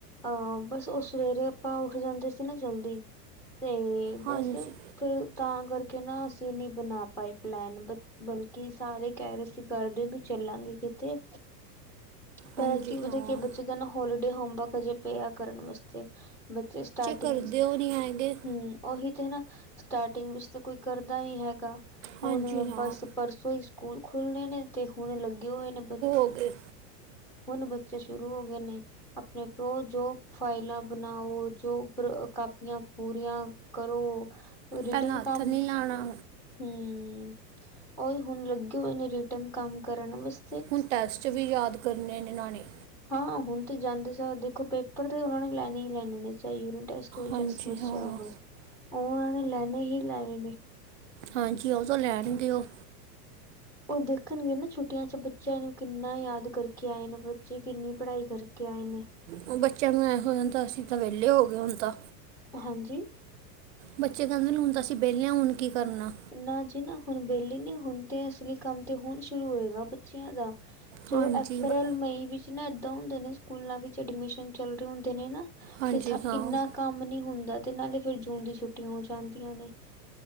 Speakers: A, in the centre; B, on the right.
A: ਅਹ ਬਸ ਉਹ ਸਵੇਰੇ ਆਪਾਂ ਉੱਠ ਜਾਂਦੇ ਸੀ, ਨਾ ਜਲਦੀ ਤੇ
B: ਹਾਂਜੀ
A: ਬਸ ਫਿਰ ਤਾਂ ਕਰਕੇ ਨਾ ਅਸੀਂ ਨਹੀਂ ਬਣਾ ਪਾਏ ਪਲੈਨ ਬਲਕਿ ਸਾਰੇ ਕਹਿ ਰਹੇ। ਤੁਸੀਂ ਕਰਦੇ ਬਈ ਚੱਲਾਂਗੇ ਕਿਤੇ ਪਰ
B: ਹਾਂਜੀ
A: ਐਕੁਚੀ ਪਤਾ
B: ਹਾਂ
A: ਕੀ ਏ ਬੱਚੇਆ ਦਾ ਨਾ ਹੋਲੀਡੇ ਹੋਮਵਰਕ ਹਜੇ ਪਏਐ ਕਰਨ ਵਸਤੇ। ਬੱਚੇ ਸਟਾਟਿੰਗ,
B: ਕਰਦੇ ਹੋ ਨਹੀਂ ਹੈਗੇ
A: ਹੂੰ ਓਹੀ ਤੇ ਨਾ ਸਟਾਟਿੰਗ ਵਿੱਚ ਤੇ ਕੋਈ ਕਰਦਾ ਈ ਹੈਗਾ, ਹੁਨ
B: ਹਾਂਜੀ ਹਾਂ
A: ਬਸ ਪਰਸੋਂ ਈ ਸਕੂਲ ਖੁਲਣੇ ਨੇਂ ਤੇ ਹੁਣ ਲੱਗੇ ਹੋਏ ਨੇਂ ਬੱਚੇ
B: ਹੋਕੇ
A: ਹੁਣ ਬੱਚੇ ਸ਼ੁਰੂ ਹੋ ਗਏ ਨੇਂ ਆਪਣੇ ਪਿਓ, ਜੋ ਫਾਈਲਾਂ ਬਣਾਓ, ਜੋ ਕਾਪੀਆਂ ਪੂਰੀਆਂ ਕਰੋ ਰਿਟਨ
B: ਪਹਿਲਾਂ ਹੱਥ
A: ਕੰਮ
B: ਨਹੀਂ ਲਾਣਾ
A: ਹਂ, ਓਹੀ ਹੁਣ ਲੱਗੇ ਹੋਏਨੇਂ ਰਿਟਰਨ ਕੰਮ ਕਰਨ ਬਸ
B: ਹੁਣ ਟੈਸਟ ਵੀ ਯਾਦ ਕਰਨੇ ਨੇਂ ਇਨ੍ਹਾਂ ਨੇਂ
A: ਹਾਂ ਹੁਣ ਤੇ ਜਾਂਦੇ ਸਾਰ ਦੇਖੋ ਪੇਪਰ ਤੇ ਉਹਨਾਂ ਨੇਂ ਲੈਂਣੇ ਈ ਲੈਣੇ ਨੇਂ ਚਾਹੇ ਯੂਨਿ ਟੇਟਸ ਵਿਚ
B: ਹਾਂਜੀ
A: ਸੱਮਸਿਆ
B: ਹਾਂ
A: ਹੋਏ ਉਹ ਉਹਨੇਂ ਲੈਣੇ ਹੀ ਲੈਣੇ ਨੇਂ
B: ਹਾਂਜੀ ਉਹ ਤੋਂ ਲੈਣਗੇ ਉਹ
A: ਉਹ ਦੇਖਣਗੇ ਨਾਂ ਛੁੱਟੀਆਂ ਚ ਬੱਚਿਆਂ ਨੂੰ ਕਿੰਨਾ ਯਾਦ ਕਰਕੇ ਆਏ ਨੇਂ ਬੱਚੇ, ਕਿੰਨੀ ਪੜ੍ਹਾਈ ਕਰਕੇ ਆਏ ਨੇਂ।
B: ਉਹ ਬੱਚਿਆਂ ਨੂੰ ਐੋਹ ਹੋ ਜਾਂਦਾ ਅਸੀਂ ਤਾਂ ਵਿਹਲੇ ਹੋਗੇ ਹੁਣ ਤਾਂ
A: ਹਾਂਜੀ
B: ਬੱਚੇ ਕਹਿੰਦੇ ਹੁਣ ਤਾਂ ਅਸੀਂ ਵਿਹਲੇ ਆਂ ਹੁਣ ਕੀ ਕਰਨਾ।
A: ਨਾਂ ਜੀ ਨਾਂ ਹੁਣ ਵਿਹਲੇ ਨੀਂ ਹੁਣ ਤੇ ਅਸਲੀ ਕੰਮ ਤੇ ਹੁਣ ਸ਼ੁਰੂ ਹੋਏਗਾ ਬੱਚਿਆਂ ਦਾ ਚਲੋ
B: ਹਾਂਜੀ
A: ਅਪ੍ਰੈਲ
B: ਬ-
A: ਮਈ ਵਿੱਚ ਨਾਂ ਏਦਾਂ ਹੁੰਦੇ ਨੇਂ ਸਕੂਲਾਂ ਵਿੱਚ ਐਡਮਿਸ਼ਨ ਚੱਲ ਰਹੇ ਹੁੰਦੇ ਨੇਂ ਨਾਂ
B: ਹਾਂਜੀ
A: ਤੇ ਥਾ
B: ਹਾਂ
A: ਇੰਨਾ ਕੰਮ ਨਈਂ ਹੁੰਦਾ ਤੇ ਨਾਲੇ ਫਿਰ ਜੂਨ ਦੀ ਛੁੱਟੀਆਂ ਹੋ ਜਾਂਦੀਆਂ ਨੇਂ।